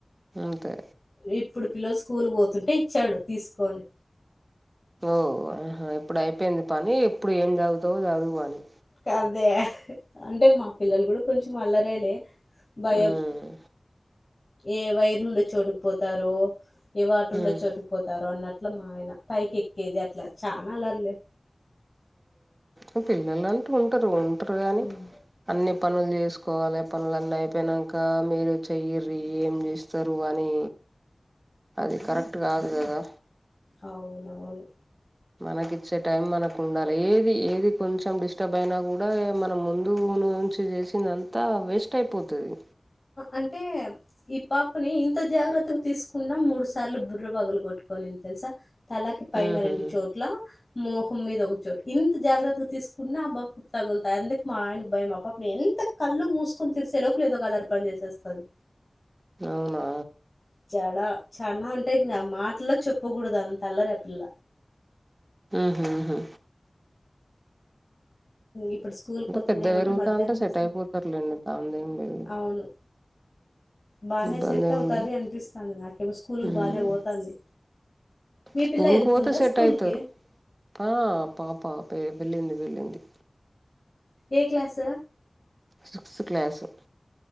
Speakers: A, on the right; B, on the left.
A: అంతే
B: ఇప్పుడు పిల్లలు స్కూల్ పోతుంటే ఇచ్చాడు తీసుకొని
A: ఓ ఓహో ఇప్పుడు అయిపోయింది పని ఇప్పుడు ఏం చదువుతావో చదువు ఆని
B: ఇక అంతేగా అంటే మా పిల్లలు కూడా కొంచెం అల్లరేలే భయం
A: ఉమ్
B: ఏ వైరుఉండే చోటుకుపోతారో ఏ వాటర్ ఉండే
A: ఉమ్
B: చోటుకు పోతారు అన్నట్లు మా ఆయన పైకి ఎక్కేది అట్లా చాలా అలర్లే
A: ఉమ్ పిల్లలు అంటూ ఉంటారు ఉంటరు గాని
B: ఉమ్,
A: అన్ని పనులు చేసుకోవాలి పనులు అన్నీ అయిపోయినాక మీరు చ చెయ్యరు ఏం చేస్తారో అని అది కరెక్ట్ కాదు కదా
B: అవునవును
A: మనకి ఇచ్చే టైం మనకు ఉండాలి ఏది ఏది కొంచెం డిస్టర్బ్ అయినా కూడా మనం ముందు <unintelligible> చేసింది అంతా వేస్ట్ అయిపోతది
B: అంటే ఈ పాపని ఇంత జాగ్రత్తగా తీస్ <unintelligible> మూడు సార్లు బుర్రు పగలు కొట్టుకనింది తెలుసా తలకి పైన
A: ఉహు
B: రెండు చోట్ల మోహం మీద ఒకచోటు ఇంత జాగ్రత్తగా తీసుకున్నా ఆ తగులుతాయి అందుకు మా ఆయనకు భయం మా పాపని ఎంత కళ్ళు మూసుకుని తీరిసే లోపు లే ఏదో కలర్ పని చేసేస్తుంది
A: అవునా
B: <unintelligible> అంటే మాటలో చెప్పకూడదు అంత అల్లరి ఆపిల్ల
A: ఉహు
B: ఇప్పుడు స్కూల్‌కి
A: అంట
B: పోతుంది
A: పెద్ద
B: ఏమంటే
A: పెరుగుతా
B: మధ్యాహ్నం
A: అంటే సెట్
B: వస్తాది.
A: అయిపోతారులేండి <unintelligible>
B: అవును. బానే
A: ఇబ్బంది
B: సెట్
A: ఏం
B: అవుతది
A: ఉండదు
B: అనిపిస్తుంది నాకేమో స్కూల్ కు
A: ఉమ్
B: బానే పోతంది మీ
A: స్కూల్
B: పిల్ల ఎళ్తుందా
A: కు పోతే సెట్
B: స్కూల్కి
A: అయితారు ఆ పాప వెళ్ళింది వెళ్ళింది
B: ఎ క్లాసు
A: సిక్స్త్ క్లాసు